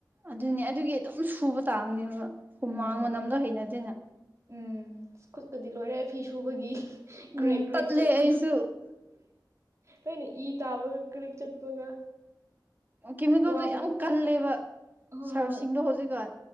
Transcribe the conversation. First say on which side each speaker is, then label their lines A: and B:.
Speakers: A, on the right; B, on the right.
A: ꯑꯗꯨꯅꯦ ꯑꯗꯨꯒꯤ ꯑꯗꯨꯝ ꯁꯨꯕ ꯇꯥꯕꯅꯦꯕ ꯍꯨꯃꯥꯡ
B: ꯎꯝ ꯃꯅꯝ
A: ꯃꯅꯝꯗꯣ ꯍꯩꯅꯗꯦꯅ
B: ꯎꯝ ꯈꯨꯠꯀꯗꯤ ꯂꯣꯏꯔꯦ ꯐꯤ ꯁꯨꯕꯒꯤ ꯀ꯭ꯔꯦꯛ
A: ꯎꯝ
B: ꯀ꯭ꯔꯦꯛ
A: ꯇꯠꯂꯦ
B: ꯆꯠꯄꯒ
A: ꯑꯩꯁꯨ
B: ꯂꯣꯏꯅ ꯏ ꯇꯥꯕꯒ ꯀ꯭ꯔꯦꯛ ꯆꯠꯄꯒ
A: ꯀꯦꯃꯤꯀꯦꯜꯗꯣ
B: ꯋꯥꯕꯒꯤ
A: ꯌꯥꯝ ꯀꯜꯂꯦꯕ
B: ꯍꯣꯏ
A: ꯁꯥꯔꯞꯁꯤꯡꯗꯣ
B: ꯍꯣꯏ
A: ꯍꯧꯖꯤꯛꯀꯥꯟ